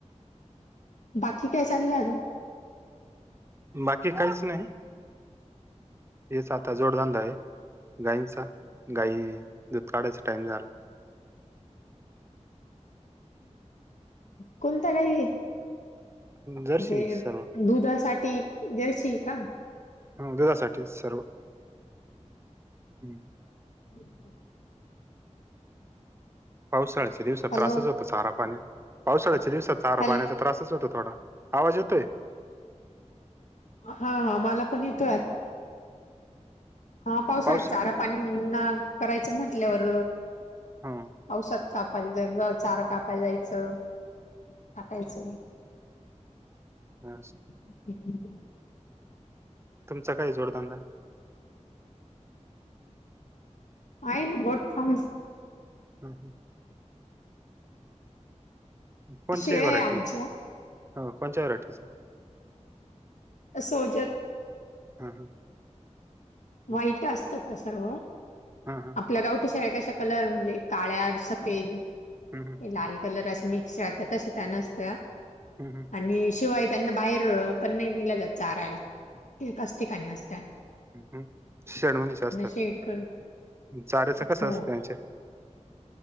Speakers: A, on the left (about 80°); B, on the right (about 20°).
A: बाकी काय चाललंय अजून
B: बाकी काहीच नाही हेच आता जोडधंदा हाय गाईंचा गाई दूध काढायचा टाइम झाला
A: कोणत्या गाई हायत
B: जर्शी
A: जे
B: सर्व
A: दुधासाठी जरसी हाय का
B: ह दुधासाठी सर्व हम्
A: हम्
B: पावसाळ्याच्या दिवसात
A: हॅलो
B: त्रासच होतो चारा पाणी पावसाळ्याच्या दिवसात चारा
A: हॅलो
B: पाण्याचा त्रासच होतो थोडा आवाज येतोय
A: हा हा मला पण येतोय हा पावसाळ्यात
B: पाऊस
A: चारा पाणी ना करायचं म्हंटल्यावर
B: ह
A: औषध कापायला चारा कापायला जायचं टाकायचं
B: ह
A: हम् ह
B: तुमचा काय जोडधंदा
A: आईन बोड फस
B: हम हं कोणची
A: शेळ्या
B: हाय व्हरायटी
A: आहे आमच्या
B: हा कोणच्या व्हरायटीचे
A: असोजत
B: हम हा
A: वाईट असतात का सर्व
B: हा हा
A: आपल्या गावठी शाळ कशा कलर म्हणजे काळ्या सफेद
B: हम हम
A: लाल कलर असं मिक्स राहतात तसं त्या नसतं
B: हम हम
A: आणि शिवाय त्यांना बाहेर पण नाही नेलं जात चारायला एकाच ठिकाणी असत
B: ् शेण म्हंदच असतात
A: शेड कर
B: चाऱ्याच कसं
A: हो
B: असत त्यांचे